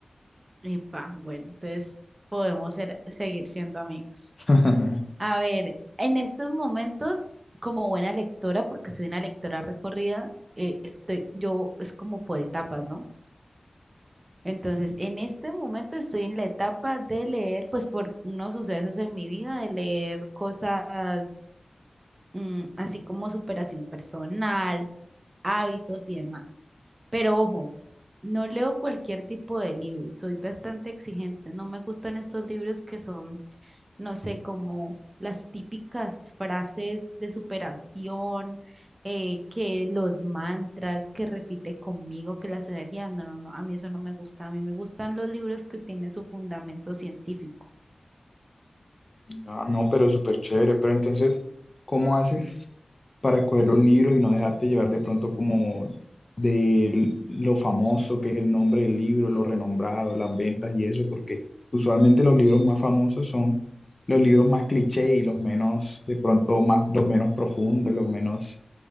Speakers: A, on the right (about 35°); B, on the left (about 35°).
A: Epa, bueno, entonces podemos ser- seguir siendo amigos.
B: <laughs>
A: A ver, en estos momentos, como buena lectora, porque soy una lectora recorrida, eh, estoy, yo es como por etapas, ¿no? Entonces, en este momento estoy en la etapa de leer, pues por unos sucesos en mi vida, de leer cosas mm, así como superación personal, hábitos y demás. Pero ojo, no leo cualquier tipo de libro, soy bastante exigente, no me gustan estos libros que son no sé, como las típicas frases de superación, eh, que los mantras que repite conmigo, que las energías, no, no, no, a mí eso no me gusta, a mí me gustan los libros que tienen su fundamento científico.
B: Ah, no, pero súper chévere. Pero entonces, ¿cómo haces para coger los libros y no dejarte llevar de pronto como de lo famoso que es el nombre del libro, lo renombrado, las ventas y eso? Porque usualmente los libros más famosos son los libros más cliché y los menos, de pronto, más, los menos profundos, los menos